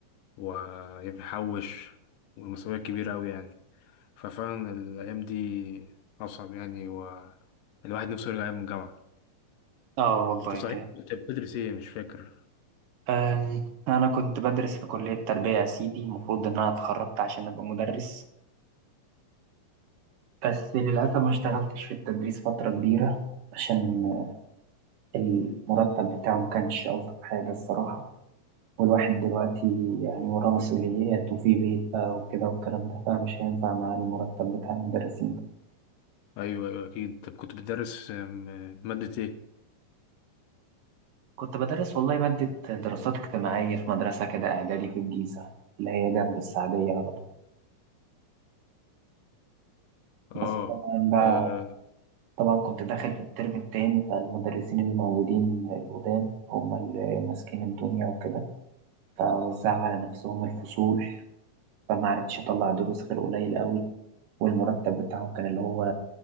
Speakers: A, on the left; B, on the right.
A: ويحوش والمسؤولية كبيرة اوي يعني ففعلا الايام دي اصعب يعني والواحد نفسه يرجع ايام الجامعة
B: آه والله
A: انت صحيح
B: كان
A: كنت بتدرس ايه مش فاكر
B: أم، أنا كنت بدرس في كلية تربية يا سيدي المفروض إن أنا اتخرجت عشان أبقى مدرس بس للأسف ما اشتغلتش في التدريس فترة كبيرة عشان المرتب بتاعه ما كانش ألطف حاجة الصراحة والواحد دلوقتي يعني وراه مسؤوليات وفي بيت بقى وكده والكلام ده فمش هينفع معاه المرتب بتاع المدرسين ده
A: ايوه ايوه اكيد طب كنت بتدرس آم، مادة ايه
B: كنت بدرس والله مادة دراسات اجتماعية في مدرسة كده إعدادي في الجيزة اللي هي جنب السعدية على طول بس
A: اه
B: طبعا بقى
A: آه،
B: طبعا كنت داخل في الترم التاني فالمدرسين اللي موجودين القدام هم اللي ماسكين الدنيا وكده فوزعوا على نفسهم الفصول فما عرفتش أطلع دروس غير قليل قوي والمرتب بتاعه كان اللي هو